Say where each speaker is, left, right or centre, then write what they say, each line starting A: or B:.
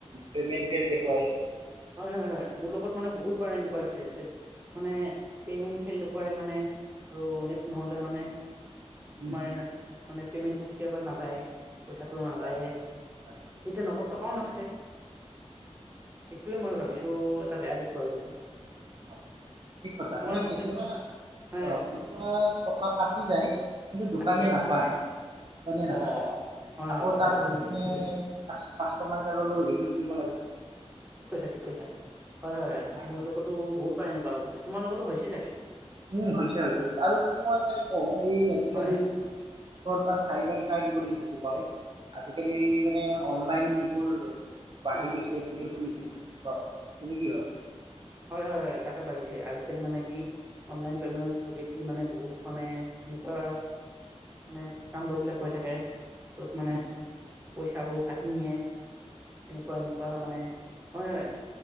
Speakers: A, on the right (about 45°); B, on the right (about 20°).
A: পেমেণ্ট ফেল দেখুৱায়।
B: হয়, হয়, হয়। মোৰ লগত মানে বহুতবাৰ এনেকুৱা হৈছে। মানে পেমেণ্ট ফেল দেখুৱাই মানে, আৰু নেট নহ'লে মানে, তোমাৰ
A: উম, উম, উম,
B: পেমেণ্টতো কেতিয়াবা নাযায়। পইছাটো নাযায়য়ে।
A: হয় হয়
B: তেতিয়া নগদ টকাও নাথাকে। এইটোৱে মই ভাবিছো, এটা বেয়া দিশ বাৰু এইটো।
A: অঁ ঠিক কথা,
B: তোমাৰ
A: মানে
B: মতে
A: কেতিয়াবা,
B: হয় হয়
A: অ' কেতিয়াবা টকা কাটি যায়, কিন্তু দোকানীয়ে
B: কাটি যায় কাটি
A: নাপায়।
B: যায়
A: দোকানীয়ে নাপায়,
B: অ অ হয়
A: আকৌ
B: হয় হয়
A: তাৰ
B: এইটো
A: বাবে
B: কিন্তু
A: মানে
B: ঠিক কৈছা
A: কাষ্টমাৰ কেয়াৰলৈ অভিযোগ দিব লাগে।
B: ঠিক কৈছা, ঠিক কৈছা। হয় হয় হয়।
A: আৰু
B: মোৰ লগতো বহুতবাৰ এনেকুৱা হৈ গৈছে। তোমাৰ লগতো হৈছে চাগে?
A: উম হৈছে হৈছে। আৰু যদি মই মানে কওঁ। এই আজিকালি
B: হয় হয়
A: যিটো বা চাইবাৰ ক্ৰাইম বুলি যিটো কয়, আজিকালি মানে অনলাইন এইবোৰ বাঢ়ি
B: হয় হয়
A: গৈছে বুলি শুনিছো মানে, ফ্ৰড। তুমি কি ভাবা?
B: হয় হয় হয়, তাকে বাঢ়িছে। আজিকালি মানে কি, অনলাইন পেমেন্টৰ যোগেদি মানে বহুত মানে এনেকুৱা, মানে কাণ্ডবিলাক হৈ থাকে। য'ত মানে
A: উম,
B: পইচাবোৰ কাটি নিয়ে। এনেকুৱা-এনেকুৱা মানে। হয় হয়।